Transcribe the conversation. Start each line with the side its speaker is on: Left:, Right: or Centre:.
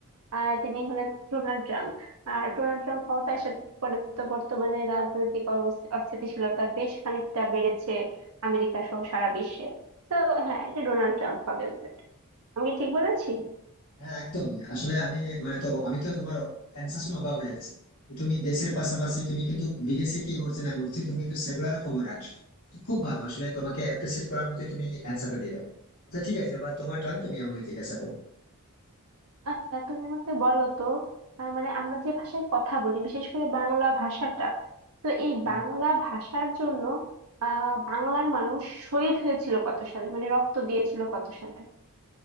Right: আহ, তিনি হলেন ডোনাল্ড ট্রাম্প আর ডোনাল্ড ট্রাম্প ক্ষমতায় আসার পরে তো বর্তমানে রাজনৈতিক অবস্থি- অস্থিতিশীলতা বেশ খানিকটা বেড়েছে আমেরিকা সহ সারা বিশ্বে তো হ্যাঁ এটা ডোনাল্ড ট্রাম্প হবে উত্তরটা আমি কি ঠিক বলেছি
Left: হ্যাঁ একদমই আসলে আমি মানে তো আমি তো তোমার অ্যান্সার শুনে অবাক হয়ে যাচ্ছি তুমি দেশের পাশাপাশি তুমি কিন্তু বিদেশে কি ঘটছে না ঘটছে তুমি কিন্তু সেগুলারও খবর রাখছো তো খুব ভালো আসলে তোমাকে অ্যাপ্রিসিয়েট করার মতোই তুমি অ্যান্সারটা দিলে আচ্ছা ঠিক আছে এবার তোমার টার্ন তুমি আমাকে জিজ্ঞাসা করো
Right: আচ্ছা তুমি আমাকে বলো তো আহ, মানে আমরা যে ভাষায় কথা বলি বিশেষ করে বাংলা ভাষাটা তো এই
Left: হুম।
Right: বাংলা ভাষার জন্য আহ বাংলার মানুষ শহীদ হয়েছিল কত সালে মানে রক্ত দিয়েছিল কত সালে